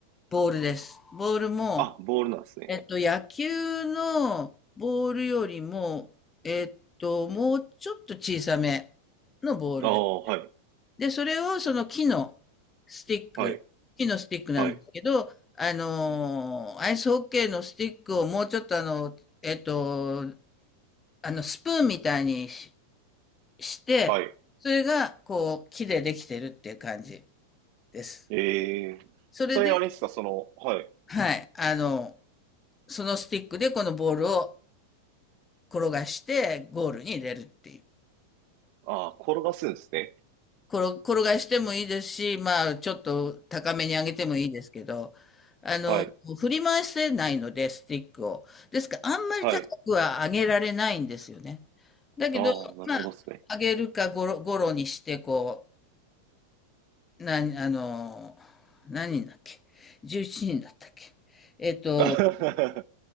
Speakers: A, on the left; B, on the right.
A: ボールです。ボールも、
B: あ、ボールなんですね。
A: えっと、野球のボールよりも、えっと、もうちょっと小さめのボールです。
B: ああ、はい。
A: で、それをその木のスティック、
B: はい。
A: 木のスティックなんですけど、
B: はい。
A: あのーアイスホッケーのスティックをもうちょっとあの、えっと、あの、スプーンみたいにし、して、
B: はい。
A: それが、こう、木でできてるっていう感じです。
B: えー、
A: それで、
B: それあれですか、その、はい。
A: はい、あの、そのスティックでこのボールを転がしてゴールに入れるっていう。
B: ああ、転がすんですね。
A: 転転がしてもいいですし、まあ、ちょっと高めに上げてもいいですけど、あの、
B: はい。
A: 振り回せないので、スティックを。ですから、あんまり高くは上げられないんですよね。
B: はい。
A: だけど、
B: ああ、なるほどですね。
A: まあ、上げるかゴロ、ゴロにして、こう、な、あの、何人だっけ ?11 人だったっけえっと、
B: <laughs>